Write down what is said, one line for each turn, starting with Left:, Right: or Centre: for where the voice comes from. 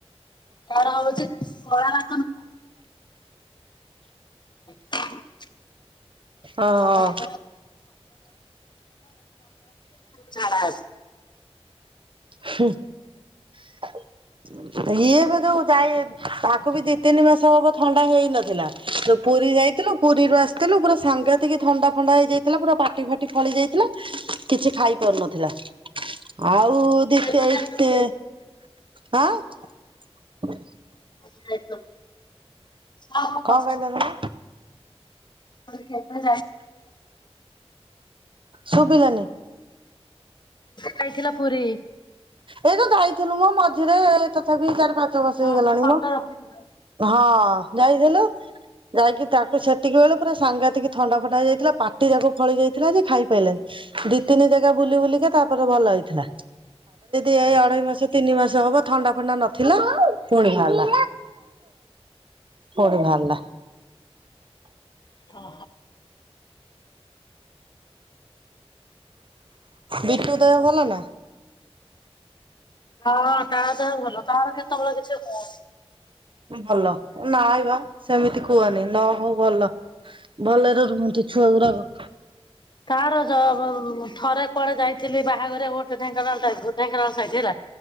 Left: ତାର ହଉଛି କଳା <unintelligible>
Right: ହଁ।
Left: <unintelligible> ଛାଡା ହେବେ।
Right: ହୁଁ। <unintelligible> ଇଏ ବି ଯୋଉ ଯାଇ ତାକୁ ବି ଦି ତିନି ମାସ ହବ ଥଣ୍ଡା ହେଇନଥିଲା ତୋ ପୁରୀ ଯାଇ ଯାଇଥିଲୁ ପୁରୀରୁ ଆସିଥିଲୁ ପୁରା ସାଂଘାତିକି ଥଣ୍ଡା ଫଣ୍ଡା ହେଇଯାଇଥିଲା ପୁରା ପାଟି ଫାଟି ଫଳି ଯାଇଥିଲା କିଛି ଖାଇ ପାରୁନଥିଲା। ଆଉ ଦି
Left: କେବେ
Right: ସେଇଟି
Left: ଯାଇଥିଲ ପୁରୀ?
Right: ହଁ।
Left: ଆ ନ ହଁ ହଁ।
Right: କଣ କହିଲ ତମେ
Left: <unintelligible> କେତେ
Right: ଶୁଭିଲାନି।
Left: ଖାଇଥିଲା ପୁରୀ?
Right: ଏଇ ଯୋ ଯାଇଥିଲୁ ମୋ ମଝିରେ ତଥାପି ଚାରି ପାଞ୍ଚ ବର୍ଷ
Left: ହଁ
Right: ହେଇଗଲାଣି
Left: ହଁ ଫଟୋ
Right: ମୋ
Left: ରଖିଥିଲ।
Right: ହଁ ଯାଇଥିଲୁ। ଯାଇକି ତାକୁ ଛତିକି ବେଳେ ପୁର ସାଙ୍ଗାତିକି ଥଣ୍ଡା ଫଣ୍ଡା ହେଇଯାଇଥିଲା ପାଟି ଯାକ ଫଳି ଯାଇଥିଲା। ଥିଲା ଯେ ଖାଇ ପଇଲନି। ତିନି ଜାଗା ବୁଲି ବୁଲିକେ ତାପରେ ଭଲ ହେଇଥିଲା। ଏ ଅଢେଇ ମାସ ତିନି ମାସ ହବ ଥଣ୍ଡା ଫଣ୍ଡା ନଥିଲା। ପୁଣି ଭ ପ ଭରିଲା।
Left: ଓହୋ
Right: ବିଟଟୁଦୟ ଭଲ ନା।
Left: ହଁ ତ ତ ଭଲ ତାର କେତେବେଳେ କିଛି ହୁଅନ।
Right: ଭଲ ନ ଆବା ସେମିତି କୁହନି ନ ହଉ ଭଲ। ଭଲରେ ରୁହନ୍ତି ଛୁଆ ଗୁଡାକ।
Left: ତାର ଥରେ କୁଆଳେ ଯାଇଥିଲି ବାହାଘର ଗୋଟେ ଢ଼େଙ୍କାଳ ସାଇଥିଲା